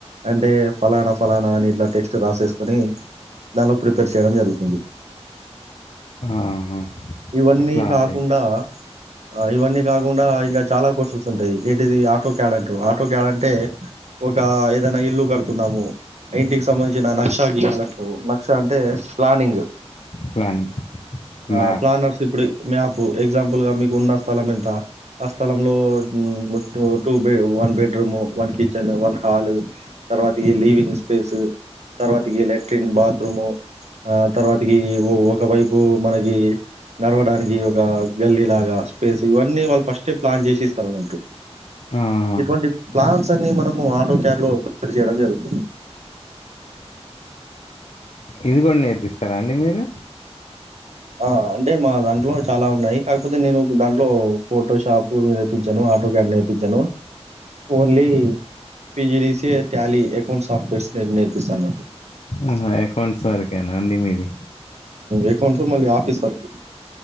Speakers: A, on the right; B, on the left.
A: అంటే ఫలానా ఫలానా నీట్లో టెక్స్ట్ రాసేసు కొని దానిలో ప్రిపేర్ చేయడం జరుగుతుంది
B: ఆహా.
A: ఇవన్నీ
B: అట్లా
A: కాకుండా
B: అండి
A: ఆ ఇవన్నీ కాకుండా ఇంకా చాలా కోర్సెస్ ఉంటాయి ఏంటిది ఆటో కేడట్ అంటారు ఆటో క్యాడ అంటే ఒక ఏదైనా ఇల్లు కడుతున్నాము ఇంటికి సంబంధించిన నష్ గయాలంటవు నక్ష అంటే ప్లానింగ్
B: ప్లాన్
A: ఆ
B: మ్యాప్
A: ప్లానర్స్ ఇప్పుడి మ్యాపు ఎగ్జాంపుల్ గా మీకు ఉన్న స్థలం ఎంత ఆ స్థలంలో two two one bedroom one kitchen one hall తర్వాత ఈ లీవింగ్ స్పేస్ తర్వాతికి లెట్రిన్ బాత్రూము ఆ తర్వాతికి ఒక వైపు మనకి నడవడానికి ఒక గల్లీలాగా స్పేస్ ఇవన్నీ వాళ్ళు ఫస్టే ప్లాన్ జేసి ఇస్తారన్నట్టు
B: ఆహా.
A: ఇటువంటి ప్లాన్స్ అన్ని మనము ఆటో క్యాబ్ లో చేయడం జరుగుతుంది
B: ఇది కూడా నేర్పిస్తారా అండి మీరు
A: ఆ అంటే మా దాంట్లో చాలా ఉన్నాయి కాకపోతే నేను దాంట్లో ఫోటో షాప్ మీ ఇప్పించాను ఆటో గార్డ్ నేర్పించాను only PGDC Tally account softwares నేర్పిస్త అన్నట్
B: ఆహ అకౌంట్స్ వరకేనా అండి మీది
A: ఎకౌంట్సు మళ్ళీ ఆఫీస్ వరక్